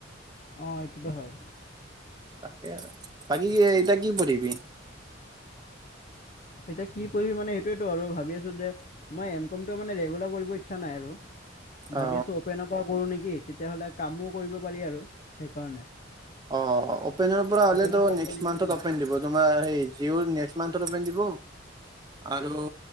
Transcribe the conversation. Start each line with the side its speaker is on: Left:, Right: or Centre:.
Left: অ এইটোটো হয়।
Right: তাকে আৰু বাকি এতিয়া কি পঢ়িবি?
Left: এতিয়া কি পঢ়িবি মানে সেইটোৱেটো আৰু ভাবি আছোঁ যে, মই এম কমটো মানে ৰেগুলাৰ কৰিব ইচ্ছা নাই আৰু।
Right: অ
Left: ভাবি আছো অপেনৰ পৰা কৰো নেকি, তেতিয়া হলে কামো কৰিব পাৰি আৰু সেইকাৰণে।
Right: অ অপেনৰ পৰা হলেটো
Left: অ'পেনৰ পৰা
Right: নেক্সট
Left: কৰি কেনে
Right: মন্থত অপেন দিব তোমাৰ এই জিয়ৰ নেট নেক্সট মন্থত অপেন দিব। আৰু